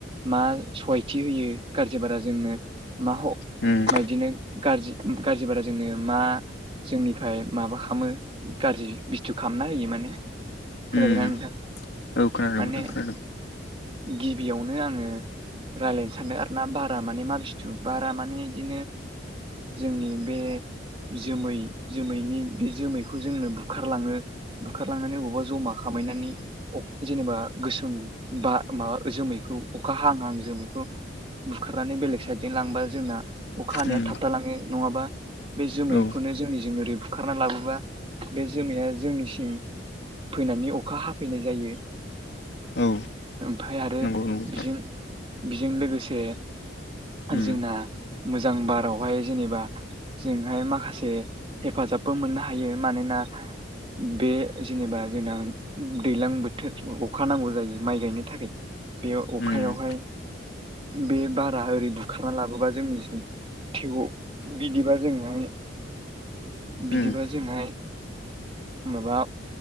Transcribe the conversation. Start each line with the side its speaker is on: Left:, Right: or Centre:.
Right: मा सहायथि होयो गारजि बारा जोंनो मा
Left: उम
Right: बिदिनो गाज्रि गाज्रि बारा जोंनो मा जोंनिफ्राय माबा खालामो गाज्रि बस्थु खालामना होयो माने खोनादों
Left: उम
Right: ना नोंथां
Left: औ खोनादों
Right: माने
Left: बिथां खोनादों
Right: गिबियावनो आङो रायलायनो सानदों आरो ना बारा माने मानसि बारा माने बिदिनो जोंनि बे जोमै जोमैनि बे जोमैखौ जोङो बुखारलाङो बुखारलांनानै बबावबा जमा खामहैनानै जेनेबा गोसोम बा माबा जोमैखौ अखा हाहां हाहां जोमैखौ बुखारनानै बेलेग साइदजों लांबा जोंना अखा हानाया
Left: उम
Right: थाबथा लाङो नङाबा बे जोमैखौनो
Left: औ
Right: जोंनिजों ओरै बुखारना लाबोबा बे जोमैया जोंनि सिम फैनानै अखा हाफैनाय जायो
Left: औ
Right: ओमफ्राय आरो
Left: नंगौ नंगौ
Right: बिजों बेजों लोगोसे
Left: उम
Right: जोंना मोजां बारावहाय जेनेबा जोंहाय माखासे हेफाजाबबो मोननो हायो मानोना बे जेनेबा जोंना दैज्लां बोथोर अखा नांगौ जायो माइ गायनो थाखाय बे अखायावहाय
Left: उम
Right: बे बारा ओरै बुखारना लाबोबा जोंनिसिम थेव बिदिबा जोंहाय बिदिबा
Left: उम
Right: जोंहाय माबा